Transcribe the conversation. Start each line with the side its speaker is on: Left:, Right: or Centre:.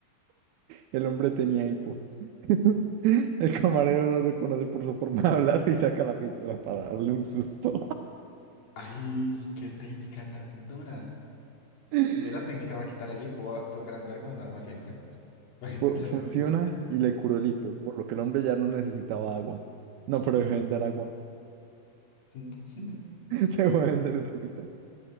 Right: El hombre tenía hipo. <laughs> El camarero no lo reconoce por su forma de hablar y saca la pistola para darle un susto.
Left: Ay, qué técnica tan dura.
Right: <laughs>
Left: Mira, técnica va a quitar el hipo, va a tocar andar con un arma siempre. <laughs> Va a quitarle-
Right: Fu- Funciona
Left: yo- yo-
Right: y le curó el hipo, por lo que el hombre ya no necesitaba agua. No, pero
Left: Ujú.
Right: dejó de vender agua.
Left: <laughs>
Right: <laughs> Dejó de vender el agüita.